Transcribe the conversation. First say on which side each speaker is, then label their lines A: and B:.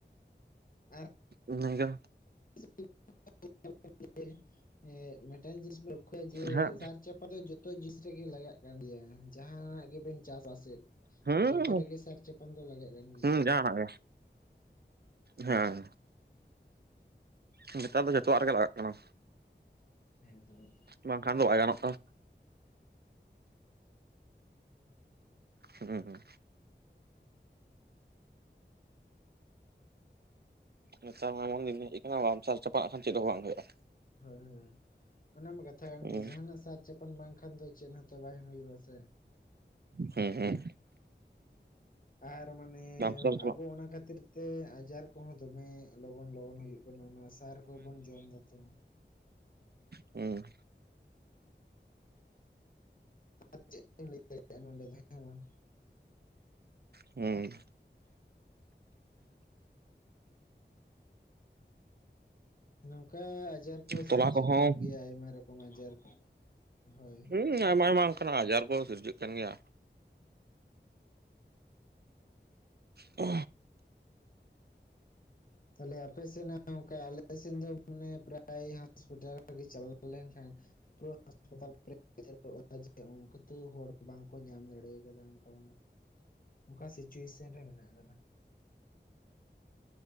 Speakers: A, on the left (about 45°); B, on the right (about 60°).
A: ᱟᱨ
B: ᱤᱱᱟ. ᱜᱮ
A: <unintelligible> ᱢᱤᱫᱴᱟᱝ ᱡᱤᱱᱤᱥ ᱞᱚᱠᱠᱷᱚ ᱡᱮ
B: ᱦᱮᱸ
A: ᱥᱟᱨ ᱪᱟᱯ ᱠᱷᱚᱫ ᱫᱚ ᱡᱚᱛᱚ ᱡᱤᱱ ᱨᱮᱜᱮ ᱞᱟᱜᱟᱜ ᱠᱟᱱ ᱜᱮᱭᱟ ᱡᱟᱦᱟᱱᱟᱜ ᱜᱮᱵᱮᱱ ᱪᱟᱥ ᱟᱥᱮᱫ
B: ᱦᱩᱸ
A: ᱡᱚᱛᱚ ᱨᱮᱜᱮ ᱥᱟᱨ ᱪᱟᱯᱟᱱ ᱫᱚ ᱞᱟᱜᱟᱜ ᱠᱟᱱ ᱜᱮᱭᱟ
B: ᱦᱩᱸ ᱡᱟᱦᱟᱱᱟᱜ ᱜᱮ ᱦᱮᱸ ᱱᱮᱛᱟᱨ ᱫᱚ ᱡᱚᱛᱚᱣᱟᱜ ᱨᱮᱜᱮ ᱞᱟᱜᱟᱜ ᱠᱟᱱᱟ
A: ᱮᱠᱫᱚᱢ
B: ᱵᱟᱝᱠᱷᱟᱱ ᱫᱚ ᱵᱟᱭ ᱜᱟᱱᱚᱜ ᱠᱟᱱᱟ ᱦᱩᱸ ᱦᱩᱸ ᱱᱮᱛᱟᱨ ᱢᱟ ᱮᱢᱚᱱ ᱫᱤᱱ ᱦᱮᱡ ᱟᱠᱟᱱᱟ ᱵᱟᱢ ᱥᱟᱨ ᱪᱟᱯᱟᱱᱟᱜ ᱠᱷᱟᱱ ᱪᱮᱫ ᱦᱚᱸ ᱵᱟᱝ ᱦᱩᱭᱩᱜᱼᱟ
A: ᱦᱳᱭ ᱦᱳ ᱚᱱᱟᱢᱟ ᱠᱟᱛᱷᱟ ᱠᱟᱱ
B: ᱦᱩᱸ
A: ᱜᱮ ᱡᱟᱦᱟᱱᱟᱜ ᱥᱟᱨ ᱪᱟᱯᱟᱱ ᱵᱟᱝᱠᱷᱟᱱ ᱫᱚ ᱪᱮᱫ ᱦᱚᱸᱛᱚ ᱵᱟᱝ ᱦᱩᱭᱩᱜᱼᱟ ᱥᱮ
B: ᱦᱮᱸ ᱦᱮᱸ
A: ᱟᱨ ᱢᱟᱱᱮ
B: ᱥᱟᱨ ᱪᱟᱯᱟᱜ
A: ᱟᱵᱚ ᱚᱱᱟ ᱠᱷᱟᱹᱛᱤᱨ ᱛᱮ ᱟᱡᱟᱨ ᱠᱚᱦᱚᱸ ᱫᱚᱢᱮ ᱞᱚᱜᱚᱱ ᱞᱚᱜᱚᱱ ᱦᱩᱭᱩᱜ ᱠᱟᱱᱟ ᱚᱱᱟ ᱥᱟᱨ ᱠᱚᱵᱚᱱ ᱡᱚᱢ ᱫᱟ ᱛᱚ
B: ᱦᱮᱸ
A: <unintelligible> ᱱᱚᱰᱮ ᱫᱚ ᱦᱮᱸ ᱵᱟᱝ
B: ᱦᱩᱸ
A: ᱱᱚᱝᱠᱟ ᱟᱡᱟᱨ ᱠᱚ
B: ᱛᱚᱞᱟ
A: ᱥᱤᱨᱡᱟᱹᱜ
B: ᱠᱚᱦᱚᱸ
A: ᱠᱟᱱ ᱜᱮᱭᱟ ᱟᱭᱢᱟ ᱨᱚᱠᱚᱢ ᱟᱡᱟᱨ ᱠᱚ ᱦᱳᱭ
B: ᱦᱩᱸ ᱟᱭᱢᱟ ᱟᱭᱢᱟ ᱠᱚ ᱟᱡᱟᱨ ᱠᱚ ᱥᱤᱨᱡᱟᱹᱜ ᱠᱟᱱ ᱜᱮᱭᱟ ᱚ
A: ᱛᱟᱦᱚᱞᱮ ᱟᱯᱮ ᱥᱮᱱᱟᱜ ᱱᱚᱝᱠᱟ ᱟᱞᱮ ᱥᱮᱱ ᱫᱚ ᱢᱟᱱᱮ ᱯᱨᱟᱭ ᱦᱚᱥᱯᱤᱴᱟᱞ ᱨᱮᱜᱮ ᱪᱟᱞᱟᱣ ᱞᱮᱱᱠᱷᱟᱱ ᱯᱩᱨᱟᱹ ᱦᱟᱥᱯᱟᱛᱟᱞ ᱯᱮᱨᱮᱡᱚᱜ ᱠᱟᱱᱟ ᱡᱮ ᱚᱱᱠᱟ ᱛᱟᱣ ᱦᱚᱲ ᱵᱟᱝᱠᱚ ᱧᱟᱢ ᱫᱟᱲᱮ ᱠᱟᱫᱟ ᱚᱱᱠᱟ ᱢᱟᱱᱮ ᱚᱠᱟ <unintelligible> ᱨᱮ ᱢᱮᱱᱟᱜ ᱟᱠᱟᱫᱟ